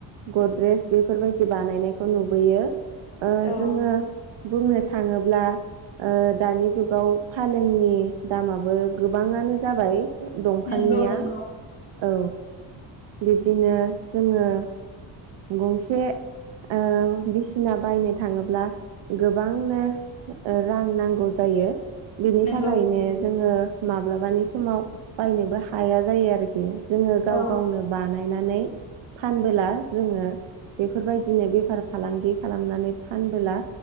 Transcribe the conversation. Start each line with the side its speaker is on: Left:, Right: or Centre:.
Right: गद्रेज, बेफोरबायदि बानायनायखौ नुबोयो, ओ
Left: औ
Right: जोङो बुंनो थाङोब्ला ओ दानि जुगाव फालेंनि दामाबो गोबाङानो जाबाय। दंफांनिया,
Left: नंगौ नंगौ
Right: औ बिबदिनो जोंङो गंसे ओ बिसिना बायनो थाङोब्ला गोबांनो रां नांगौ जायो। बिनि
Left: नंगौ
Right: थाखायनो
Left: नंगौ
Right: जोङो माब्लाबानि समाव बायनोबो हाया जायो आरोखि। जोंङो गाव
Left: औ
Right: गावनो बानायनानै फानबोला जोंङो बेफोरबायदिनो बेफार फालांगि खालामनानै फानबोला